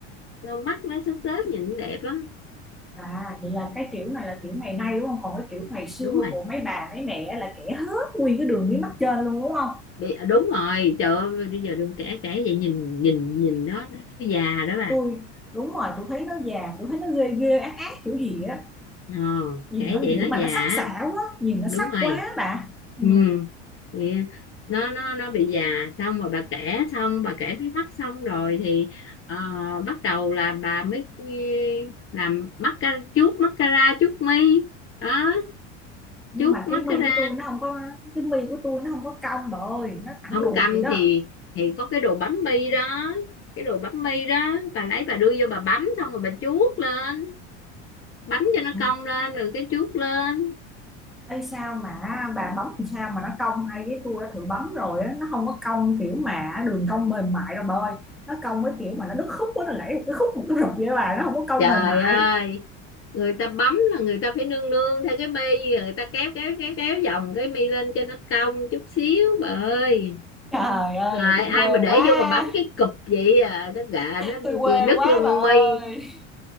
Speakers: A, on the left; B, in the centre.
A: con mắt nó xếp xếp nhìn đẹp á
B: à vậy là cái kiểu này là kiểu ngày nay đúng không còn cái kiểu ngày xưa
A: đúng rồi
B: của mấy bà mấy mẹ là kể hết nguyên cái đường mí mắt trên luôn đúng không
A: đi à, đúng rồi trời ơi bây giờ đừng kể kể vậy nhìn nhìn nhìn nó nó già đó bà
B: tôi đúng rồi tôi thấy nó vàng tôi thấy nó ghê ghê ác ác kiểu gì á
A: ờ,
B: nhìn
A: trẻ
B: nó
A: vậy
B: kiểu
A: nó
B: mà
A: già
B: nó
A: á.
B: sắc sảo quá nhìn nó
A: đúng
B: sắc
A: rồi
B: quá bà
A: ừ
B: ừ.
A: thì nó nó nó bị già xong rồi bà kể xong bà kể mí mắt xong rồi thì ờ, bắt đầu là bà mới làm mascara chuốt mascara chuốt mi đó
B: nhưng
A: chuốt
B: mà
A: mascara
B: cái mi của tôi nó không có cái mi của tôi nó không có cong bà ơi nó thẳng
A: không
B: đuột
A: cầm
B: vậy đó
A: thì thì có cái đồ bấm bi đó cái đồ bấm bi đó bà lấy bà đưa vô bà bấm xong rồi bà chuốt lên bấm cho nó
B: ừ.
A: cong lên rồi cái chuốt lên
B: Ê, sao mà bà bấm làm sao mà nó cong hay cái tôi đã thử bấm rồi á nó không có cong kiểu mà đường cong mềm mại đâu bà ơi nó cong với kiểu mà nó đứt khúc quá nó gãy một cái khúc một cái rụp vậy bà nó không có cong
A: trời
B: mềm mại
A: ơi người ta bấm là người ta phải nương nương theo cái mi người ta kéo kéo kéo kéo vòng cái mi lên cho nó cong chút xíu bà ơi
B: trời ơi
A: Rồi,
B: vậy tôi
A: ai
B: quê
A: mà để
B: quá
A: vô mà bấm cái cụp vậy à nó gà nó
B: tôi quê
A: đứt
B: quá
A: lông
B: bà ơi
A: mi